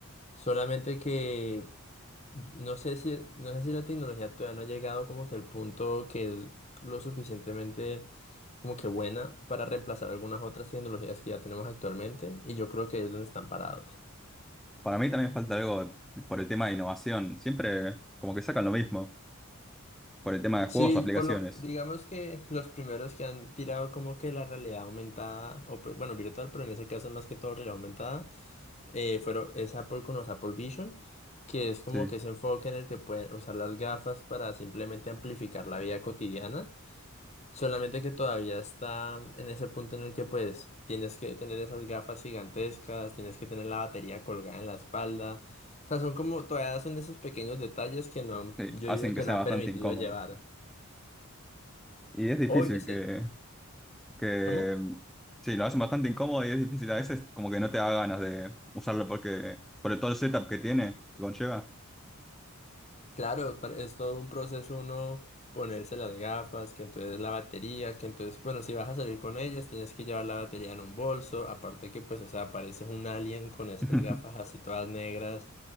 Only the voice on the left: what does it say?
solamente que no sé si, no sé si la tecnología todavía no ha llegado como que al punto que es lo suficientemente como que buena para reemplazar algunas otras tecnologías que ya tenemos actualmente y yo creo que ahí es donde están parados.
Sí,
por lo, digamos que los primeros que han tirado como que la realidad aumentada, o pues, bueno, virtual, pero en ese caso más que todo realidad aumentada, eh, fueron, es Apple con los Apple Vision, que es como
que ese enfoque en el que pueden usar las gafas para simplemente amplificar la vida cotidiana Solamente que todavía está en ese punto en el que pues tienes que tener esas gafas gigantescas, tienes que tener la batería colgada en la espalda. O sea, son como todavía son esos pequeños detalles que no,
yo
digo que
no
han
permitido
llevar.
Obvio, sé-
¿cómo?
Claro, pa- es todo un proceso uno ponerse las gafas, que entonces la batería, que entonces, bueno, si vas a salir con ellas, tienes que llevar la batería en un bolso, aparte que pues, o sea, pareces un alien con esas
gafas así todas negras